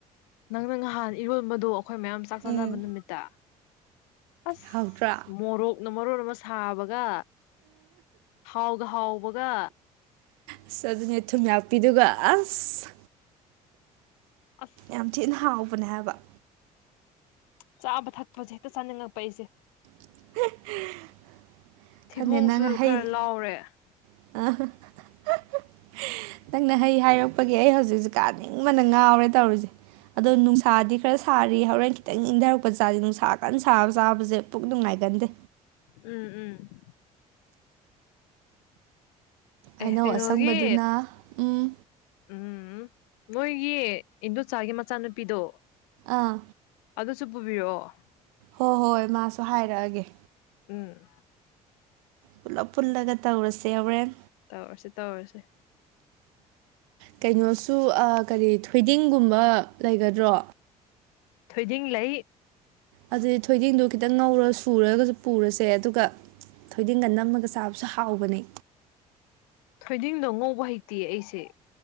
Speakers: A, on the left (about 65°); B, on the right (about 65°).
A: ꯅꯪꯅ ꯉꯍꯥꯟ ꯏꯔꯣꯟꯕꯗꯣ ꯑꯩꯈꯣꯏ ꯃꯌꯥꯝ ꯆꯥꯛ ꯆꯥꯅꯕ
B: ꯎꯝ
A: ꯅꯨꯃꯤꯠꯇ ꯑꯁ
B: ꯍꯥꯎꯇ꯭ꯔꯥ
A: ꯃꯣꯔꯣꯛꯅ ꯃꯔꯣꯟ ꯑꯃ ꯁꯥꯕꯒ ꯍꯥꯎꯒ ꯍꯥꯎꯕꯒ
B: ꯑꯁ ꯑꯗꯨꯅꯦ ꯊꯨꯝꯌꯥꯛꯄꯤꯗꯨꯒ ꯑꯁ
A: ꯑꯁ
B: ꯌꯥꯝ ꯊꯤꯅ ꯍꯥꯎꯕꯅꯦ ꯍꯥꯏꯕ
A: ꯆꯥꯕ ꯊꯛꯄꯁꯦ ꯍꯦꯛꯇ ꯆꯥꯅꯤꯡꯉꯛꯄ ꯑꯩꯁꯦ
B: <unintelligible>
A: ꯊꯤꯕꯣꯡꯁꯨ
B: ꯈꯪꯗꯦ ꯅꯪ ꯍꯩ
A: ꯈꯔ ꯂꯥꯎꯔꯦ
B: <unintelligible> ꯅꯪꯅ ꯍꯩ ꯍꯥꯏꯔꯛꯄꯒꯤ ꯑꯩ ꯍꯧꯖꯤꯛꯁꯨ ꯀꯥꯅꯤꯡꯕꯅ ꯉꯥꯎꯔꯦ ꯇꯧꯔꯤꯁꯦ ꯑꯗꯣ ꯅꯨꯡꯁꯥꯗꯤ ꯈꯔ ꯁꯥꯔꯤ ꯍꯣꯔꯦꯟ ꯈꯤꯇꯪ ꯏꯪꯗꯔꯛꯄ ꯆꯥꯖꯦ ꯅꯨꯡꯁꯥ ꯀꯟꯅ ꯁꯥꯕ ꯆꯥꯕꯁꯦ ꯄꯨꯛ ꯅꯨꯡꯉꯥꯏꯒꯟꯗꯦ
A: ꯎꯝ ꯎꯝ ꯑꯦꯍ
B: ꯍꯩꯅꯧ
A: ꯀꯩꯅꯣꯒꯤ
B: ꯑꯁꯪꯕꯗꯨꯅ ꯎꯝ
A: ꯎꯝ ꯅꯣꯏꯒꯤ ꯏꯟꯗꯣꯆꯥꯒꯤ ꯃꯆꯥꯅꯨꯄꯤꯗꯣ
B: ꯑꯥ
A: ꯑꯗꯨꯁꯨ ꯄꯨꯕꯤꯔꯛꯑꯣ
B: ꯍꯣꯏ ꯍꯣꯏ ꯃꯥꯁꯨ ꯍꯥꯏꯔꯛꯑꯒꯦ
A: ꯎꯝ
B: ꯄꯨꯂꯞ ꯄꯨꯜꯂꯒ ꯇꯧꯔꯁꯦ ꯍꯧꯔꯦꯟ
A: ꯇꯧꯔꯁꯦ ꯇꯧꯔꯁꯦ
B: ꯀꯩꯅꯣꯁꯨ ꯀꯔꯤ ꯊꯣꯏꯗꯤꯡꯒꯨꯝꯕ ꯂꯩꯒꯗ꯭ꯔꯣ
A: ꯊꯣꯏꯗꯤꯡ ꯂꯩ
B: ꯑꯗꯨꯗꯤ ꯊꯣꯏꯗꯤꯡꯗꯣ ꯈꯤꯇꯪ ꯉꯧꯔ ꯁꯨꯔꯒꯁꯨ ꯄꯨꯔꯁꯦ ꯑꯗꯨꯒ ꯊꯣꯏꯗꯤꯡꯒ ꯅꯝꯃꯒ ꯆꯥꯕꯁꯨ ꯍꯥꯎꯕꯅꯦ
A: ꯊꯣꯏꯗꯤꯡꯗꯣ ꯉꯧꯕ ꯍꯩꯇꯦ ꯑꯩꯁꯦ꯫